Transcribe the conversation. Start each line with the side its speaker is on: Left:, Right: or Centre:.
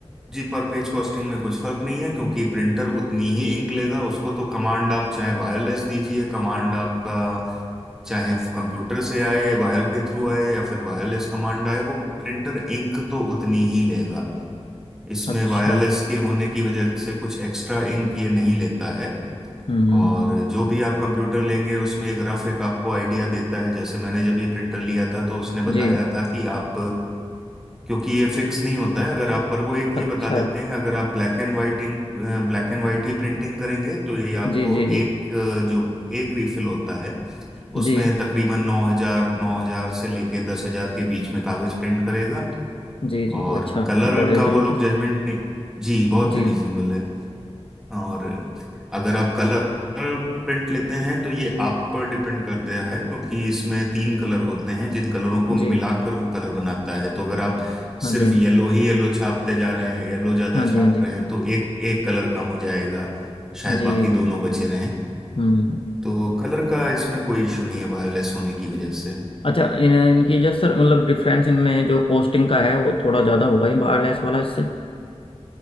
Centre: जी पर पेज कॉस्टिंग में कुछ फर्क नहीं है क्योंकि प्रिंटर उतनी ही इंक लेगा उसको तो कमांड आप चाहे वायरलेस दीजिए कमांड आपका चाहे कंप्यूटर से आए वायर के थ्रू आए या फिर वायरलेस कमांड आए वो प्रिंटर इंक तो उतनी ही लेगा इसमें
Left: अच्छा
Centre: वायरलेस के होने की वजह से कुछ एक्स्ट्रा इंक ये नहीं लेता है
Left: हम्म हम्म
Centre: और
Left: हम्म,
Centre: जो भी आप कंप्यूटर लेंगे उसमें एक रफ एक आपको आइडिया देता है जैसे मैंने जब ये प्रिंटर लिया था तो उसने बताया
Left: जी
Centre: था कि आप क्योंकि ये फिक्स नहीं होता है अगर आप पर वो एक ये
Left: अच्छा
Centre: बता देते हैं अगर आप black and white ink black and white ही प्रिंटिंग करेंगे तो ये आपको
Left: जी जी
Centre: एक
Left: जी
Centre: अ, जो एक रीफिल होता है उसमें
Left: जी
Centre: तकरीबन नौ हजार नौ हजार से लेके दस हजार के बीच में कागज प्रिंट करेगा
Left: जी जी
Centre: और
Left: जी अच्छा
Centre: कलर
Left: बड़े
Centre: का वो
Left: जबरदस्त
Centre: लोग जजमेंट नहीं जी बहुत
Left: जी
Centre: रीजनेबल है और अगर आप कलर प्रिंट लेते हैं तो ये आप पर डिपेंड करता है क्योंकि इसमें तीन कलर होते हैं जिन कलरों को मिलाकर
Left: जी
Centre: वो कलर बनाता है तो अगर आप
Left: हाँ
Centre: सिर्फ
Left: जी हाँ
Centre: येलो
Left: जी
Centre: ही येलो छापते जा रहे हैं येलो ज्यादा
Left: हाँ
Centre: छाप
Left: जी हाँ जी
Centre: रहे हैं तो एक एक कलर कम हो जाएगा शायद
Left: जी
Centre: बाकी दोनों बचे रहें
Left: हम्म
Centre: तो कलर का इसमें कोई इशू नहीं है वायरलेस होने की वजह से
Left: अच्छा इन इनकी जो सर मतलब डिफरेंस इनमें जो कॉस्टिंग का है वो थोड़ा ज़्यादा होगा ही वायरलेस वाला इससे